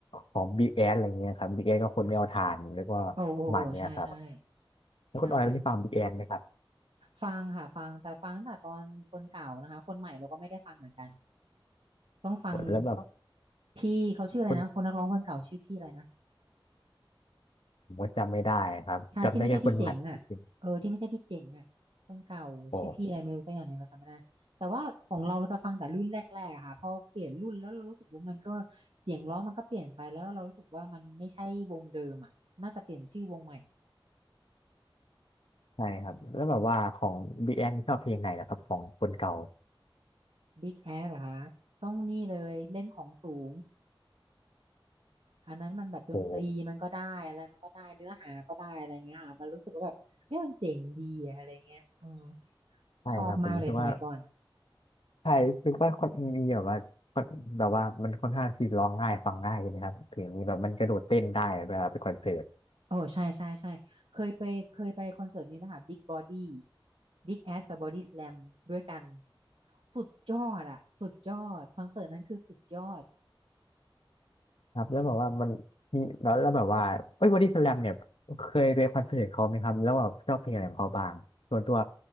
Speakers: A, on the left (about 80°); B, on the right (about 85°).
A: ของบิ๊กแอสอะไรเงี้ยครับบิ๊กแอสก็คนไม่เอาทานแล้วก็ประมันเนี้ยครับ
B: โอ้โอ้โอ้ใช่ใช่
A: แล้วคุณออยได้ฟังบิ๊กแอสไหมครับ
B: ใช่ฟังค่ะฟังแต่ฟังตั้งแต่ตอนคนเก่านะคะคนใหม่เราก็ไม่ได้ฟังเหมือนกันต้องฟัง
A: แล้วแบบ
B: พี่เขาชื่ออะไรนะคนนักร้องคนเก่าชื่อพี่อะไรนะ
A: คนผมก็จำไม่ได้ครับจำได้แค่คนใหม่จริง
B: ใช่ที่ไม่ใช่พี่เจ๋งอ่ะเออที่ไม่ใช่พี่เจ๋งอ่ะคนเก่าชื่อพี่อะไรไม่รู้สักอย่างหนึงเราจำไม่ได้แต่ว่าของเราเราจะฟังแต่รุ่นแรกๆอะค่ะพอเปลี่ยนรุ่นแล้วเรารู้สึกว่ามันก็
A: ๆโอ้
B: เสียงร้องมันก็เปลี่ยนไปแล้วเรารู้สึกว่ามันไม่ใช่วงเดิมอ่ะน่าจะเปลี่ยนชื่อวงใหม่
A: ใช่ครับแล้วแบบว่าของบิ๊กแอสชอบเพลงไหนนะครับของคนเก่า
B: Big Ass เหรอคะต้องนี่เลยเล่นของสูงอันนั้นมันแบบดนตรีมันก็ได้อะไรมันก็ได้เนื้อหาก็ได้อะไรเงี้ยค่ะมันรู้สึกว่าแบบเอ้ยมันเจ๋งดีอะอะไรเงี้ยเออ
A: โอ้ใช่ครับผมคิดว่า
B: ชอบมากเลยสมัยก่อน
A: ใช่คือว่าคนมีแบบว่าคนแบบว่ามันค่อนข้างที่ร้องง่ายฟังง่ายนะครับเพลงนี้แบบมันกระโดดเต้นได้เวลาไปคอนเสิร์ต
B: โอ้ใช่ใช่ใช่เคยไปเคยไปคอนเสิร์ตนี้นะคะ Big Body Big แ s สกับ Body Slam ด้ส a ลมด้วยกันสุดยอดอะสุดยอดคอนเสิร์ตนั้นคือสุดยอด
A: ครับแล้วแบบว่ามันมีแล้วแล้วแบบว่าเอ้ยบอดี้สแลมเนี่ยเคยไปคอนเสิร์ตเขาไหมครับแล้วแบบชอบเพลงอะไรของเขาบ้างส่วนตัว